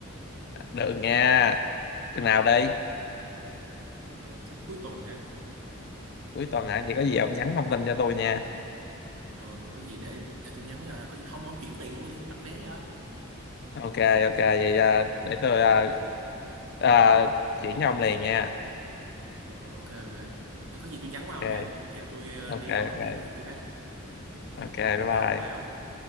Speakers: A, on the left; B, on the right.
A: được nha chừng nào đi
B: Ờ, chắc cuối tuần ha.
A: cuối tuần hả vậy có gì ông nhắn thông tin cho tôi nha
B: Ờ, thì có gì để để tôi nhắn cho. Có gì không, ông chuyển tiền luôn đi, tôi đặt vé cho.
A: ok ok vậy à, để tôi à, à, chuyển cho ông liền nha
B: Ờ, ok, ok. Ờ, Có gì tôi nhắn qua ông
A: ok
B: nha. Giờ tôi ờ,
A: ok
B: đi đón
A: ok
B: ờ, người yêu tôi cái.
A: ok
B: Ok,
A: bye bye
B: bye bye ông.